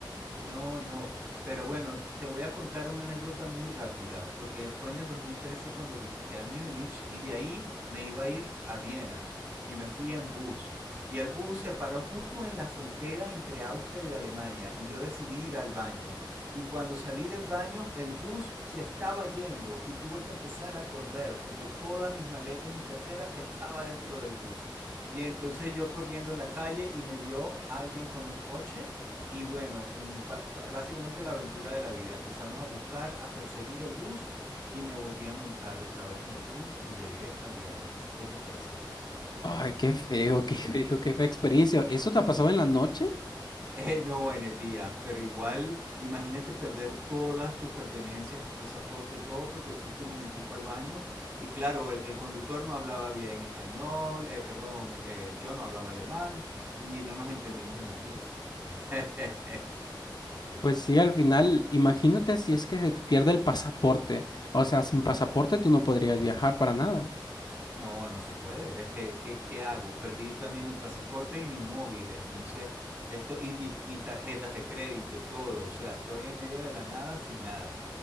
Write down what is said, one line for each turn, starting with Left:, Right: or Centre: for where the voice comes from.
Right: No, no, pero bueno, t- te voy a contar una anécdota muy rápida, porque fue en el 2013 cuando visité a Múnich y de ahí me iba a ir a Viena y me fui en bus. Y el bus se paró justo en la frontera entre Austria y Alemania y yo decidí ir al baño. Y cuando salí del baño, el bus se estaba yendo y tuve que empezar a correr porque todas mis maletas y mi cartera <laughs> estaba dentro del bus. Y entonces yo corriendo en la calle y me vio alguien con un coche y bueno, básicamente la aventura de la vida. Empezamos a buscar, a perseguir el bus y me volví a montar otra vez en el bus y llegué a Viena. ¿Qué te parece?
Left: Ay, qué feo, qué <laughs> feo, qué fea experiencia. ¿Eso te ha pasado en la noche?
Right: Eh, no en el día, pero igual imagínate perder todas tus pertenencias, tu pasaporte, todo porque fuiste un momentico al baño y claro, el, el conductor no hablaba bien español, eh, perdón, eh, yo no hablaba alemán y no nos entendimos en inglés. <laughs> sí.
Left: Pues sí, al final, imagínate si es que se te pierde el pasaporte. O sea, sin pasaporte tú no podrías viajar para nada.
Right: No, no se puede. Es que, ¿qué, qué hago? Perdí también mi pasaporte y mi móvil, entonces, esto, y mi- mis tarjetas de crédito, todo. O sea, estoy en medio de la nada sin nada.